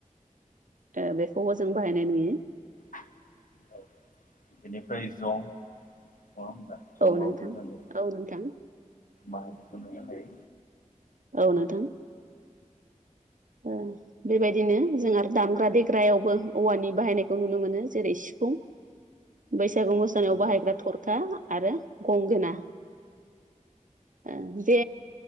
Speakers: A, on the right (about 75°); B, on the left (about 80°).
A: ओ बेखौबो जों बाहायनाय नुयो।
B: औ बेनिफ्राय जं नंङा होबा। जंवाबो
A: औ नोंथां
B: जोङो
A: औ नोंथां
B: माहनायखौ मोननो हायो।
A: औ नोंथां। ओ बेबायदिनो जों आरो दामग्रा देग्रायावबो औवानि बाहायनायखौ नुनो मोनो जेरै सि सिफुं बैसागु मोस
B: नंगौ
A: बाहायग्रा थरखा आरो गंगोना। ओ जे